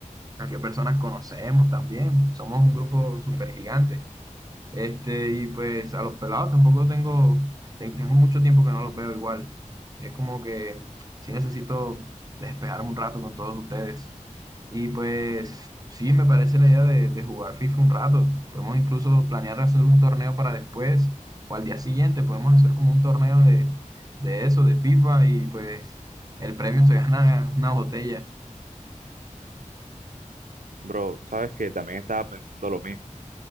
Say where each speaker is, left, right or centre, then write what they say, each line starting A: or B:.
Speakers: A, on the right (about 30°); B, on the right (about 85°).
A: a qué personas conocemos también. Somos un grupo súper gigante. Este, y pues a los pelados tampoco tengo, te- tengo mucho tiempo que no los veo igual. Es como que sí necesito despejarme un rato con todos ustedes. Y pues sí, me parece la idea de, de jugar FIFA un rato. Podemos incluso planear hacer un torneo para después o al día siguiente. Podemos hacer como un torneo de, de eso, de FIFA y pues el premio se <laughs> gana una botella.
B: Bro, sabes que también estaba pensando lo mismo.